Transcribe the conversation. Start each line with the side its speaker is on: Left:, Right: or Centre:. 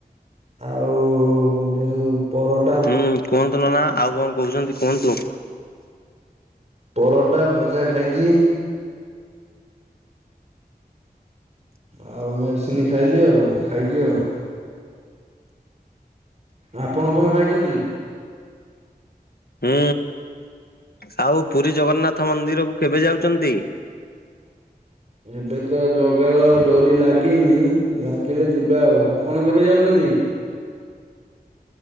Right: ଆଉ ଯୋଉ ପର
Left: ହୁଁ କୁହନ୍ତୁ ନନା ଆଉ କଣ କହୁଚନ୍ତି କୁହନ୍ତୁ।
Right: ପରଟା ଭଜା ଖାଇଚି। ଆଉ ମେଡ଼ିସିନ ଖାଇଲି ଆଉ ଖାଇକି ଆଉ। ଆପଣ କଣ ଖାଇଚନ୍ତି?
Left: ହୁଁ ସାଉ ପୁରୀ ଜଗନ୍ନାଥ ମନ୍ଦିରକୁ କେବେ ଯାଉଚନ୍ତି?
Right: ଏବେ ତ ଜଗାର ଡୋରି ଲାଗିନି ଲାଗିଲେ ଯିବା ଆଉ, ଆପଣ କେବେ ଯାଉଚନ୍ତି?